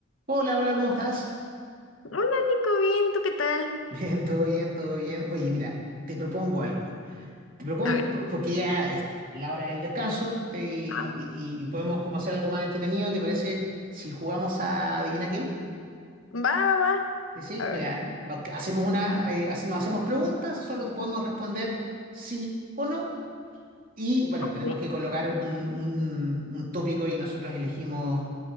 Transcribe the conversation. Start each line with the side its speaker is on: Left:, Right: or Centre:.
Right: Hola, hola, ¿cómo estás?
Left: Hola Nico, bien, ¿tú qué tal?
Right: <laughs> Bien, todo bien, todo bien. Oye, mira, te propongo algo. Te propongo
Left: A ver,
Right: po- porque ya es la hora del descanso te- y,
Left: ay,
Right: y- y podemos como hacer algo más entretenido. ¿Te parece si jugamos a Adivina quién?
Left: va, va, va,
Right: Sí, sí,
Left: a
Right: mira,
Left: ver.
Right: va- hacemos una, eh, hace- nos hacemos preguntas, solo te podemos responder sí o no Y bueno, tenemos
Left: Sí,
Right: que colocar un, un- un tópico y nosotros elegimos